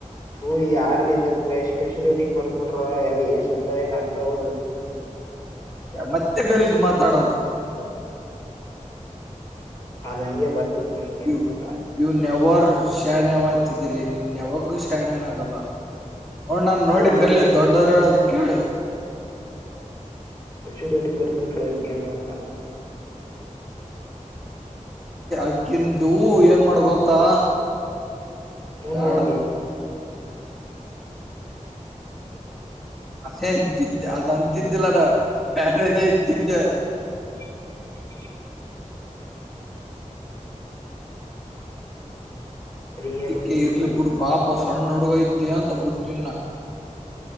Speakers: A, on the left (about 25°); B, in the centre.
A: ಹ ಯಾರ್ಲಿದ್ ಕಶು ರೇಟಿಂಗ್ ಬರ್ದ್ ಬಿಿಟ್ರಷ್ಟ್ಂ ಏನ್ ಅರ್ಥ ಹೌದು
B: ಮತ್ತೆ ಗಲೀಜ್ ಮಾತಾಡೋದು
A: ಅದ್ ಹಂಗೆ ಬರ್ತಲ್ಪ ಏನ್
B: ಯ
A: ಆಗಲ್ಲ
B: ಯು ನೆವ ಶರಣ್ಯಾವಯ್ತಿದ್ದಲ್ಲಿ ನಿನ್ ಯಾವಾಗೂ ಶರಣವನ ಆಗಲ್ಲ ಹಣ್ಣಾನ್ ನೋಡಿ
A: ಅಲ್ಲ ಮತ್ತೆ
B: ಕಲ್ಲ ದೊಡ್ಡರೇಳದ ಕೇಳೆ
A: ೂ ಪತ ಪಳಕತ್ತಾ
B: ಅಕಿಂದು ಏನ್ ಮಾಡ ಗೊತ್ತಾ
A: ನ
B: ಬ್ಯಾಡ
A: ನಿ
B: ಅದೇ ಅಂತತ್ತು ಅದ ಅಂತಿದ್ದಲ್ಲಡ ಪ್ಯಾರ ಇಂತಿದ್ದ
A: ಹ ರಿಯಲ್
B: ದಕ್ಕ
A: ಚಿಕ್ಕಲ
B: ಇರ್ಲಿ ಬಿುಡ್ ಪಾಪ ಸಣ್ಣ ಹುಗ ಇದ್ದ್ಯ ಅಂತ ಬಿುಟ್ಟಿಿನ